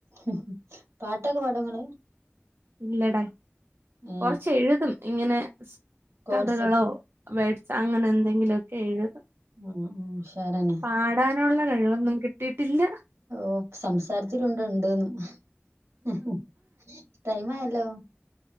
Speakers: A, on the right; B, on the right.
A: ഉംഹ് പാട്ടൊക്കെ പാടാെ ഇങ്ങള്
B: ഇല്ലടാ
A: ഏ
B: കൊറച്ച് എഴ്തും ഇങ്ങനെ
A: കോഡ്സൊക്കെ
B: കഥകളോ വേഡ്സ് അങ്ങനെ എന്തെങ്കിലു ഒക്കെ എഴ്തും
A: ഉം ഉം ഉഷാറന്നെ
B: പാടാനുള്ള കഴിവൊന്നും കിട്ടീട്ടില്ല
A: ഓഹ് സംസാരത്തിലുണ്ട് ഇണ്ട്ന്ന് ഉം ഉം ടൈമായല്ലോ